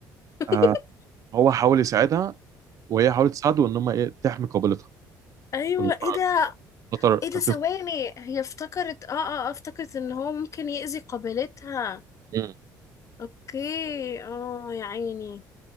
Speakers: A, on the left (about 45°); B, on the right (about 50°).
A: <laughs>
B: آه هو حاول يساعدها وهي حاولت تساعده ان هم ايه تحمي قابلتها
A: ايوه
B: والمرة
A: ايه ده
B: خطر كان
A: ايه ده ثواني
B: في
A: هي افتكرت اه اه آه، افتكرت ان هو ممكن يأذي قابلتها
B: مم.
A: اوكي اه يا عيني